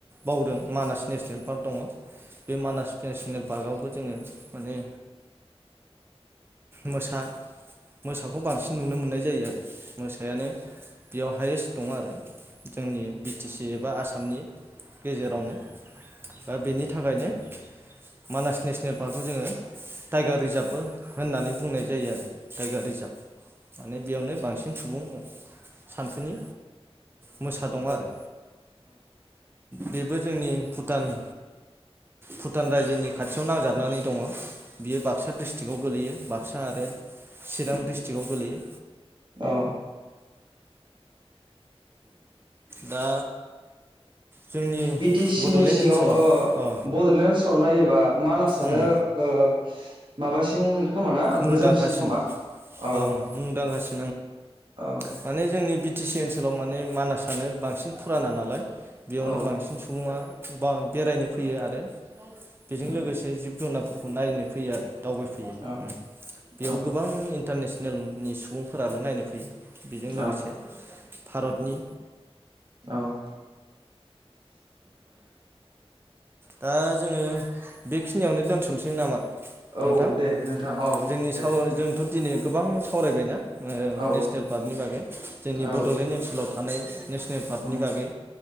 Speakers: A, on the right; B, on the right.
A: बावदों मानास नेसनेल पार्क दङ। बे मानास फेसनेल पार्कआवबो जोङो माने मोसा मोसाखौ बांसिन नुनो मोननाय जायो आरो मोसायानो बेयाव हायेस्ट दं आरो। जोंनि बि टि सि एबा आसाम सामनि गेजेरावनो दा बेनि थाखायनो मानास नेसनेल पार्कआव जोङो टाइगार रिजार्भबो होननानै बुंनाय जायो आरो टाइगार रिजार्भ माने बेयावनो बांसिन सुबुं सानखोनि मोसा दङ आरो बेबो जोंनि भुटान भुटान रायजोनि खाथियाव नांजाब नानै दङ। बियो बाक्सा डिस्ट्रिकआव गोलैयो बाक्सा आरो चिरां डिस स्ट्रिकआव गोलैयो।
B: अ
A: दा जोंनि
B: बि टि सि
A: बड'लेण्ड
B: नि सिङाव
A: ओनसोलाव
B: ओ
A: अ
B: बड'लेण्ड ओनसोलाव नायोबा मानासानो
A: उम
B: ओ माबासिन खोमाना
A: मुंदांखासिन
B: गोजामसिन खोमा औ
A: ओं <unintelligible>
B: औ
A: माने जोंनि बि टि सि ओनसोलाव माने मानासानो बांसिन फुराना नालाय। बेयावनो
B: औ
A: बांसिन सुबुङा गोबां बेरायनो फैयो आरो बेजों
B: उम
A: लोगोसे जिब जुनारफोर खौ नायनो फैयो आरो दावबायफैयो
B: औ
A: बेयाव
B: औ
A: गोबां इन्टारनेसनेलनि सुबुंफोराबो नायनो फैयो। बेजों लोगोसे
B: औ
A: भारतनि
B: औ <inaudible>
A: दा जोङो बेखिनियावनो दोनथ'नोसै नामा?
B: औ
A: नोंथां
B: दे नोंथां औ
A: जोंनि
B: दे।
A: साव जोंथ' दिनै गोबां सावरायबाय ना ओ
B: औ
A: नेसनेल पार्कनि बागै जोंनि
B: औ
A: बड'लेण्ड ओनसोलाव माने नेसनेल पार्कनि
B: उम
A: बागै